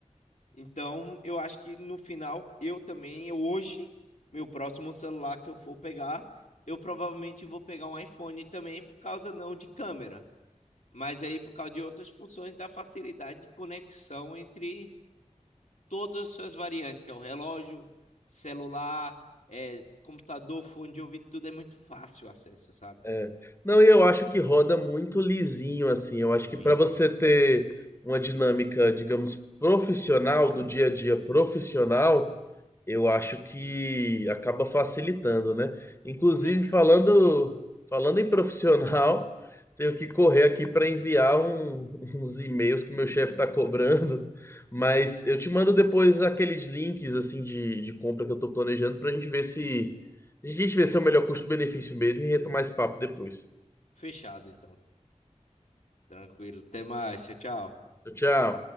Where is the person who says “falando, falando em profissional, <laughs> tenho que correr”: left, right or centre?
Left